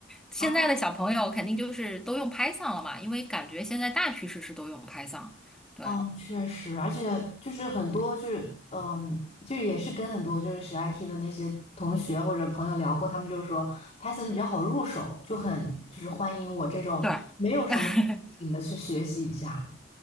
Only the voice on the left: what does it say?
啊。
嗯，确实，而且就是很多就是，嗯，就是也是跟很多就是学 IT 的那些同学或者朋友聊过，他们就是说 Python 是比较好入手，就很就是欢迎我这种没有什么背景的去学习一下。